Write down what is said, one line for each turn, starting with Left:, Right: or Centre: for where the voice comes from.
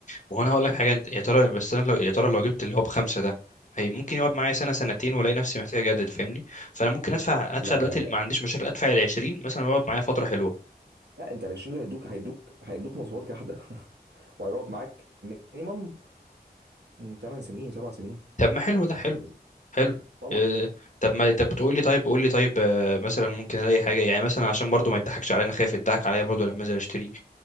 Left: وهنا هقول لك حاجه انت يا ترى بس انا لو يا ترى لو جبت اللي هو بخمسه ده هي ممكن يقعد معايا سنه سنتين والاقي نفسي محتاج اجدد فاهمني فانا ممكن ادفع ادفع
Right: لا
Left: دلوقتي
Right: لا لا
Left: ما عنديش مشاكل ادفع ال 20 مثلا يقعد معايا فتره حلوه
Right: لا انت ال 20 دول هيدوك هيدوك هيدوك مواصفات جحده <laughs> وهيقعد معاك مينيمم 8 سنين 7 سنين
Left: طب ما حلو ده حلو
Right: بالنسبه
Left: حلو
Right: طبعا
Left: إيه، طب ما طب بتقول لي طيب قول لي طيب آه، مثلا ممكن الاقي حاجه يعني مثلا عشان برضو ما يضحكش علينا خايف يضحك عليا برضو لما انزل اشتري